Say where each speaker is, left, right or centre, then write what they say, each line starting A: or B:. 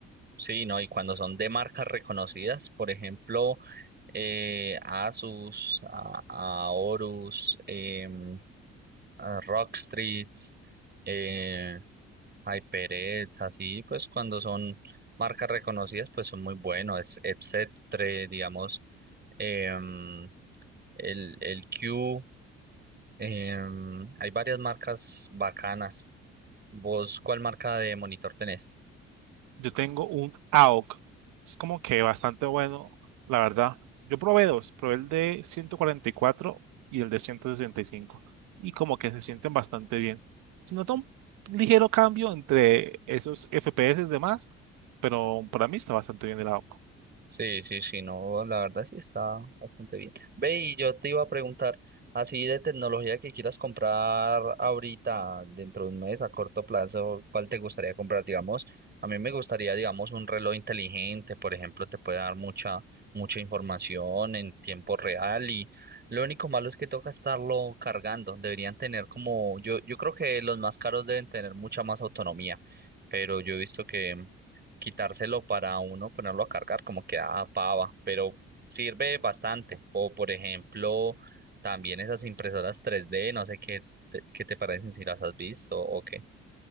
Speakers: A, on the right (about 30°); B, on the right (about 75°).
A: Sí, ¿no? Y cuando son de marcas reconocidas, por ejemplo, eh, Asus, a, a Horus, em, a Rockstreet, eh, HyperX, así, pues cuando son marcas reconocidas, pues son muy buenos, es etc., digamos. em, el, el Q. em, hay varias marcas bacanas. ¿Vos cuál marca de monitor tenés?
B: Yo tengo un AOC. Es como que bastante bueno, la verdad. Yo probé dos, probé el de ciento cuarenta y cuatro y el de ciento sesenta Y cinco y como que se sienten bastante bien. Se nota un ligero cambio entre esos FPS y demás, pero para mí está bastante bien el AOC.
A: Sí, sí, sí, no, la verdad sí está bastante bien. Ve, y yo te iba a preguntar, así de tecnología que quieras comprar ahorita, dentro de un mes, a corto plazo, ¿cuál te gustaría comprar? Digamos, a mí me gustaría, digamos, un reloj inteligente, por ejemplo, te puede dar mucha, mucha información en tiempo real y lo único malo es que toca estarlo cargando. Deberían tener como, yo, yo creo que los más caros deben tener mucha más autonomía, pero yo he visto que quitárselo para uno ponerlo a cargar, como que ah, pava, pero sirve bastante. O por ejemplo, también esas impresoras 3D, no sé qué te, qué te parecen si las has visto o qué.